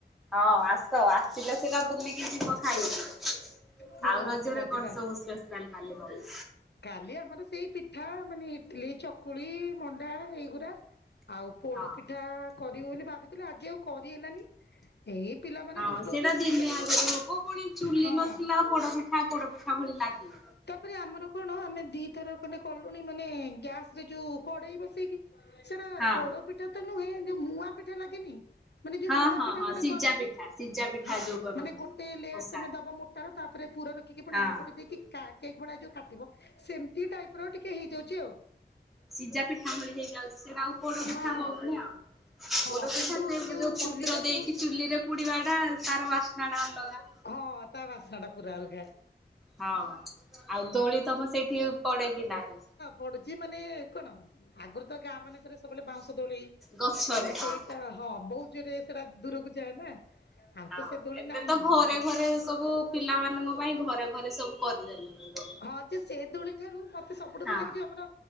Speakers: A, in the centre; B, on the left.
A: ହଁ ଆସ, ଆସିଲେ ସିନା ବୁଲିକି ଯିବ ଖାଇକି।
B: ହଁ
A: ଆଉ ରଜରେ
B: ଯିବା ଯିବା
A: କଣସବୁ, ସ୍ପେସିଆଲ କାଲି ହବ
B: କାଲି ଆମର ସେଇ ପିଠା। ମାନେ ଇଟଲି, ଚକୁଳି, ମଣ୍ଡା ଏଇଗୁରା ଆଉ ପୋଡ଼ପିଠା
A: ହଁ।
B: କରିବୁ ବୋଲି ଭାବିଥିଲି, ଆଜି ଆଉ କରିହେଲାନି। ଏଇ ପିଲାମାନେ
A: ହଁ
B: ଦୁଷ୍ଟ
A: ସେଇଟା
B: ହୋଉଚନ୍ତି,
A: ଦିନେ
B: ମୁଁ ତ କିଛି
A: ଆଗରୁ
B: କର
A: ହବ ପୁଣି ଚୁଲି
B: ହଁ
A: ନଥିଲା ଆଉ ପୋଡପିଠା ପୋଡପିଠା ଭଳି ଲାଗିବ।
B: ତାପରେ ଆମର କଣ, ଆମେ ଦିଇଥର ଖଣ୍ଡେ କଲୁଣି ମାନେ, ଗ୍ୟାସ ରେ ଯୋଉ କଡେଇ ବସେଇକି ସେଇଟା
A: ହଁ
B: ପୋଡ ପିଠା ତ ନୁହେଁ, ଯଉ ମୁଆଁ ପିଠା ଲାଗେନି, ମାନେ ଯୋଉ
A: ହଁ
B: ମୁୂଆଁ
A: ହଁ
B: ପିଠା
A: ହଁ
B: ଗୋଟେ
A: ସିଝା
B: କରନ୍ତି
A: ପିଠା ସିଝା ପିଠା
B: ହଁ
A: ଯୋଉ କରନ୍ତି
B: ମାନେ, ଗୋଟେ ଲେୟାର
A: ଓଷାରେ।
B: ତମେ ଦବ ମୋଟା ର, ତାପରେ ପୁରରଖିକି, ପୁଣି
A: ହଁ
B: ଆଉ ଗୋଟେ ଦେଇକି କା କେକ୍ ଭଳିଆ ଯୋଉ କାଟିବ, ସେମିତି ଟାଇପ ର ଟିକେ ହେଇଯାଉଚି ଆଉ
A: ସିଜା ପିଠାଭଳି ହେଇଯାଉଚି, ସେଇଟା ଆଉ ପୋଡପିଠା
B: ହଁ
A: ହୋଉନି ଆଉ ପୋଡପିଠା,
B: ହଁ କିନ୍ତୁ
A: ସେ ଯୋଉ ପତ୍ର
B: ଚୁଲିର
A: ଦେଇକି
B: ଯୋଉ
A: ଚୁଲି ରେ ପୁଡିବା ଟା ତାର ବାସ୍ନା ଟା ଅଲଗା।
B: ହଁ, ତା ବାସ୍ନା ଟା ପୁରା ଅଲଗା।
A: ହଁ, ଆଉ ଦୋଳି ତମ ସେଠି ପଡେ କି ନାହିଁ?
B: ପଡୁଚି, ମାନେ କଣ? ଆଗରୁ ତ ଗାଁ ମାନଙ୍କରେ ସବୁବେଳେ ବାଉଁଶ ଦୋଳି,
A: ଗଛରେ
B: ମାନେ ସେଇଟା
A: ହଁ
B: ହଁ ବହୁତ ଯୋରେ ସେଟା ଦୂରକୁ ଯାଏ ନା, ଆଉ
A: ହଁ
B: ତ ସେଦୋଳି
A: ଏବେ
B: ନାହିଁ।
A: ତ ଘରେ
B: ଅବଶ୍ୟ
A: ଘରେ ସବୁ ପିଲାମାନଙ୍କ ପାଇଁ ଘରେ, ଘରେ ସବୁ କରିଦେଲେଣି ଦୋଳି।
B: ହଁ ଯେ ସେ ଦୋଳି ଠାରୁ ମତେ ସବୁଠୁ
A: ହଁ
B: ଭଲ ଲାଗେ, ଯୋଉ ଆ ଆମର